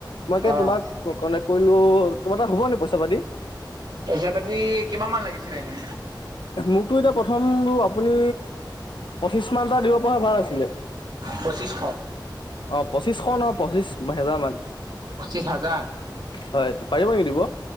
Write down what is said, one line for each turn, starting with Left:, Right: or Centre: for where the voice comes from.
Left: মই কি
Right: অ',
Left: তোমাক কণ্টেক্ট কৰিলোঁ তোমাৰ তাত হ'ব নেকি পইচা পাতি।
Right: পইচা পাতি কিমান মান লাগিছিলে এনে।
Left: মোকতো এতিয়া প্ৰথম আপুনি পঁচিশ মান এটা দিব পৰা হ'লে ভাল আছিলে।
Right: পঁচিছশ
Left: অ পঁচিশ শ নহয় পঁচিশ হেজাৰ মান।
Right: পঁচিছ হাজাৰ
Left: হয় পাৰিব নেকি দিব।